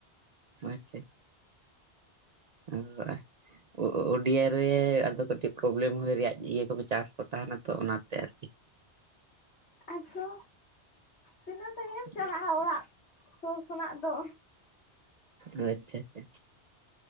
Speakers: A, on the right; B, on the left.
A: ᱟᱪᱪᱷᱟ ᱟᱪᱪᱷᱟ <inaudible> <inaudible> ᱚ ᱚᱳᱰᱤᱭᱟ ᱨᱮ ᱟᱫᱚ ᱠᱟᱹᱴᱤᱡ ᱯᱨᱚᱵᱞᱮᱢ ᱦᱩᱭ ᱨᱮᱭᱟᱜ ᱤᱭᱟᱹ ᱠᱚ ᱪᱟᱱᱥ ᱠᱚ ᱛᱟᱦᱮᱱᱟ ᱛᱚ ᱚᱱᱟᱛᱮ ᱟᱨᱠᱤ।
B: ᱟᱫᱚ ᱛᱤᱱᱟᱹᱜ ᱥᱟᱺᱜᱤᱧ ᱮᱢ ᱪᱟᱞᱟᱜᱼᱟ?
A: ᱟᱪᱪᱷᱟ
B: ᱚᱲᱟᱜ ᱥᱩᱨ ᱠᱷᱚᱱᱟᱜ ᱫᱚ᱾
A: ᱚ ᱟᱪᱪᱷᱟ ᱟᱪᱪᱷᱟ